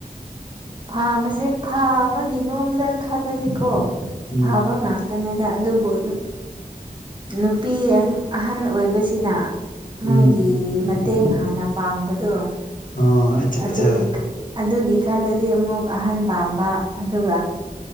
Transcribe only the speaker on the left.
ꯎꯝ
ꯎꯝ
ꯑꯣ ꯑꯆꯥ
ꯆꯥ